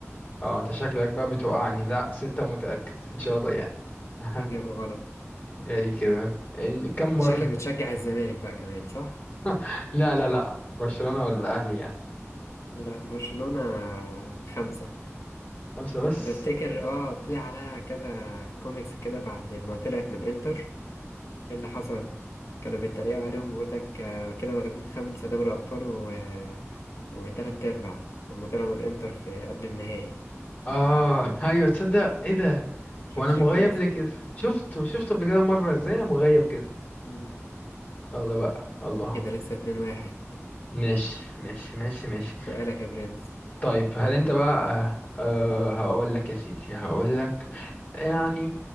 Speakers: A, on the left (about 35°); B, on the left (about 75°).
A: اه انت شكلك بقى بتوقعني لا ستة ومتأكد ان شاء الله يعني <laughs>
B: إجابة غلط
A: يعني كده إن- كم مرة
B: أنت شكلك بتشجع الزمالك بقى كمان صح؟
A: <laughs> لا لا لا برشلونة ولا الاهلي يعني
B: لا برشلونة خمسة
A: خمسة بس
B: بفتكر اه طلع عليها كذا كوميكس كده بعد ما طلعت من انتر ايه اللي حصل كانوا بيتريقوا عليهم بيقول لك آه، كده واخدين خمسة دوري ابطال و... وتلات ارباع لما طلعوا من الانتر في قبل النهائي
A: اه <laughs> ايوه تصدق ايه ده
B: شفتش
A: هو انا مغيب
B: الكوميكس
A: ليه كده
B: دي
A: شفته شفته قبل كده مرة ازاي أنا مغيب كده
B: مم.
A: يلا بقى الله
B: كده لسه اتنين واحد
A: ماشي ماشي ماشي ماشي
B: سؤالك يا برنس
A: طيب هل انت بقى أه آه، هقول لك يا سيدي هقول لك يعني